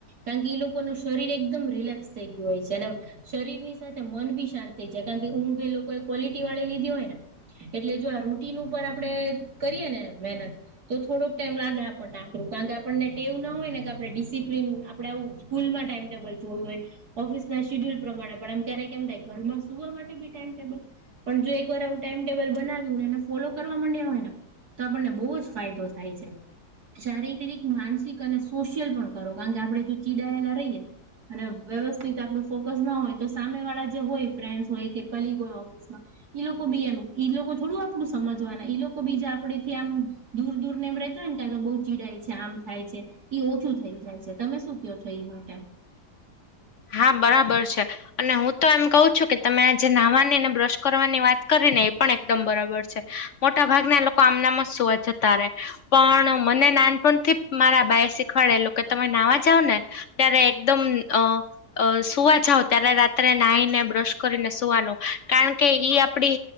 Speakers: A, on the right (about 60°); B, on the left (about 65°).
A: કારણ કે ઈ લોકો ન શરીર એકદમ રિલેક્સ થઈ ગયું હોય છે અને શરીર ની સાથે મન બી શાંત થઈ જાય કારણ કે ઊંઘ એ લોકોએ ક્વોલિટી વાળી લીધી હોય ને એટલે જો આ રૂટીન ઉપર આપડણે કરીએ ને મહેનત તો થોડોક ટાઈમ લાગે આપને આખરું કારણ કે આપણને એવું ના હોય ને કે આપણે ડિસિપ્લન આપણેે આવું સ્કૂલમાં ટાઈમ ટેબલ જોયું હોય ઓફિસ ના શિડ્યુલ પ્રમાણે પણ એમ ક્યારેક કેમ થાય ઘરમાં સુવા માટે બી ટાઈમ ટેબલ પણ જો એક વાર આવું ટાઈમ ટેબલ બનાવ્યુંને એને ફોલો કરવા માંડ્યા હોય ને તો આપણને બહુ જ ફાયદો થાય છે શારીરિક માનસિક અને સોશિયલ પણ ખરો કારણ કે આપડણે જો ચીડાયેલા રહીયએ અને વ્યવસ્થિત આપડું ફોકસ ના હોય તો સામે વાળા જે હોય ફ્રેન્ડસ હોય કે કલીગો હોય ઓફસમાં ઈ લોકો બી એમ ઈ લોકો થોડું આપડું સમજવાના ઈ લોકો બીજ આપડે થી આમ દૂર દૂર ને રતો ને કતો તો બહુ ચીડા છે આમ ખાય છે ઓછું થઈ જાય છે તમે શું કહો છો એ માટે
B: હા બરાબર છે અને હું તો એમ કહું છું કે તમે આજે નાહવાની ને બ્રશ કરવાની વાત કરીને એ પણ એકદમ બરાબર છે મોટા ભાગના લોકો આમનામાં સવા જતા રહે પણ મને નાનપણથી મારા બાાય શીખવાડે એ લોકો તમે નાવા જાાવ ને ત્યારે એકદમ અ અ સુવા જાવ ત્યારે રાત્રે નાહીને બ્રશ કરીને સુવાનું કારણ કે ઈ આપ